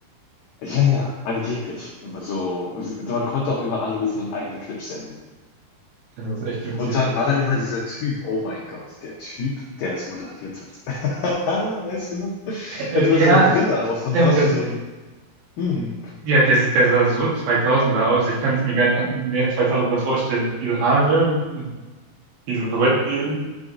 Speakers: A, on the left (about 80°); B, on the right (about 65°).
A: Ja, ja, angeblich. So, also man konnte auch immer anrufen und eigene Clips senden.
B: Das ist echt witzig.
A: Und dann war da immer dieser Typ, oh mein Gott, der Typ, der es moderiert hat. <laughs> Ah, weißt du noch? Er
B: Äh,
A: hatte immer
B: Ja,
A: so eine Brille auf und
B: der
A: saß
B: mit dem,
A: wie so ein, mm,
B: ja, der sieht, der sah so 2000er aus. Ich kann es mir gar nicht an, mehr 2000er vorstellen. Diese Haare, dieses Wetgel,